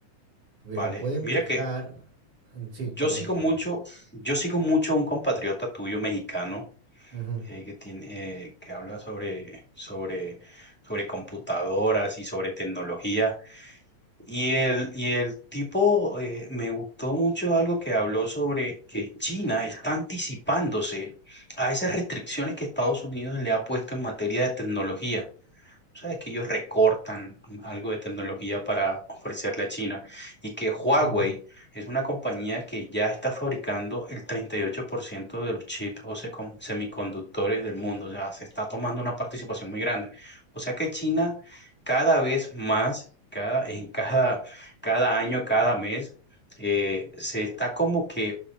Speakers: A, on the right (about 50°); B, in the centre.
A: pero
B: Vale,
A: puede empujar.
B: mira que
A: mm, Sí, perdón,
B: yo sigo
A: continúa.
B: mucho, yo sigo mucho a un compatriota tuyo mexicano
A: Ujú,
B: eh, que tiene, eh, que habla sobre, sobre, sobre computadoras y sobre tecnología. Y el, y el tipo eh, me gustó mucho algo que habló sobre que China está anticipándose a esas restricciones que Estados Unidos le ha puesto en materia de tecnología. sabes que ellos recortan algo de tecnología para ofrecerle a China y que Huawei
A: ujú,
B: es una compañía que ya está fabricando el 38% de los chips o se- semiconductores del mundo, o sea, se está tomando una participación muy grande. O sea que China cada vez más, cada, en cada, cada año, cada mes, eh, se está como que